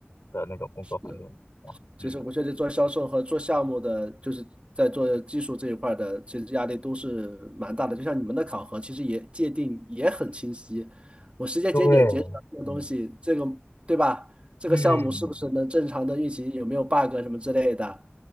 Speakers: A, on the left; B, on the right.
A: 的那种工作环境下，
B: 是，其实我觉得做销售和做项目的，
A: 嗯
B: 就是在做技术这一块儿的，其实压力都是蛮大的。就像你们的考核，其实也界定也很清晰，我时间节点截止到这个东西，
A: 对，嗯。
B: 这个对吧？这个项目是不是能正常的运行，
A: 嗯，
B: 有没有 bug 什么之类的，